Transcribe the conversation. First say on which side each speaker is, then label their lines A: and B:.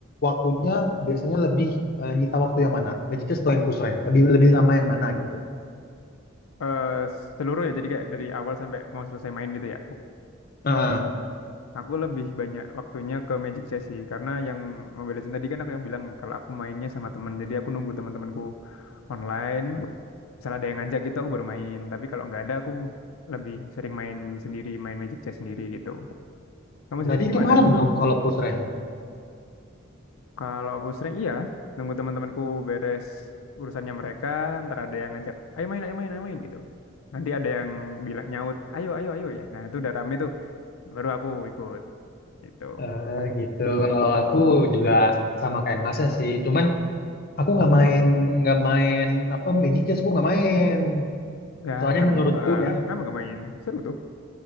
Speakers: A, on the left; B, on the left.
A: waktunya biasanya lebih eh, nyita waktu yang mana? Magic Chess atau yang Push Rank? Lebih lebih lama yang mana gitu?
B: eh seluruh ya, jadi kayak dari awal sampai mau selesai main gitu ya.
A: Nah,
B: Aku lebih banyak waktunya ke Magic Chess sih, karena yang Mobile Legends tadi kan aku yang bilang kalau aku mainnya sama temen, jadi aku nunggu teman-temanku online. Misalnya ada yang ngajak gitu, aku baru main. Tapi kalau nggak ada, aku lebih sering main sendiri, main Magic Chess sendiri gitu. Kamu
A: berarti
B: sendiri
A: itu
B: gimana?
A: marem dong kalau Push Rank.
B: Kalau aku sering iya, nunggu teman-temanku beres urusannya mereka, ntar ada yang ngajak, ayo main, ayo main, ayo main gitu. Nanti ada yang bilang nyaut, ayo, ayo, ayo ya. Nah itu udah rame tuh, baru aku ikut itu
A: Eh, gitu. Kalau aku juga sama kayak masnya sih. Cuman aku nggak main nggak main apa Magic Chess aku nggak main.
B: Ya
A: Soalnya
B: kenapa?
A: menurutku ya,
B: Kenapa gak main? Seru tuh.